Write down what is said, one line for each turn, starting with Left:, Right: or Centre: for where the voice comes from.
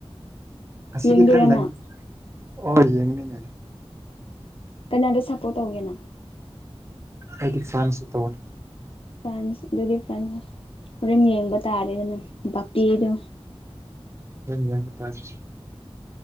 Right: ꯉꯁꯤꯗꯤ
Left: ꯌꯦꯡꯗꯣꯏꯔ
Right: ꯈꯔ ꯉꯟ
Left: ꯅꯪ
Right: ꯍꯣꯏ ꯌꯦꯡꯉꯅꯦ
Left: ꯀꯅꯥꯗ ꯁꯞꯄꯣꯔꯠ ꯇꯧꯒꯦꯅꯪ
Right: ꯑꯩꯗꯤ ꯐꯔꯥꯁꯟꯇ ꯇꯧꯒꯅꯤ
Left: ꯐ꯭ꯔꯥꯟꯁ ꯑꯗꯨꯒꯤ ꯐ꯭ꯔꯟꯁ ꯍꯣꯔꯦꯟ ꯌꯦꯡꯕ ꯇꯥꯔꯦꯗꯅ ꯕꯥꯄ‌ꯦꯗꯣ
Right: <unintelligible> ꯌ‌ꯦꯡꯕ ꯇꯥꯔ‌ꯦ